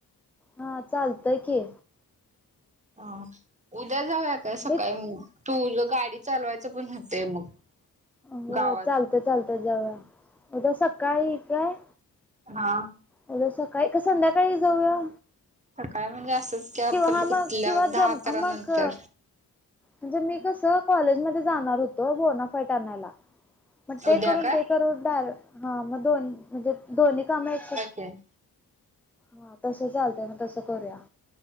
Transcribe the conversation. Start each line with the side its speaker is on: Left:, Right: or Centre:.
Centre: हा चालतंय की.
Right: हा उद्या जाऊया का सकाळी,
Centre: मी
Right: तूज गाडी चालवायचं होतंय मग.
Centre: व्ह
Right: गावात
Centre: चालतं, चालतं जावूया उद्या सकाळी काय?
Right: हां!
Centre: उद्या सकाळी का, संध्याकाळी जाऊया.
Right: सकाळ म्हणजे असंच की, आपण
Centre: किंवा हा मग
Right: उठल्यावर
Centre: किंवा
Right: दहा
Centre: जम
Right: अकरा
Centre: मग
Right: नंतर.
Centre: म्हणजे मी कसं कॉलेजमध्ये जाणार होतो, बोनाफाईट आणायला. म ते
Right: उद्या
Centre: करून
Right: काय
Centre: ते करून डार हा मग दोन म्हणजे दोन्ही काम एक
Right: केन
Centre: हा तसं चालतय म तसं करूया.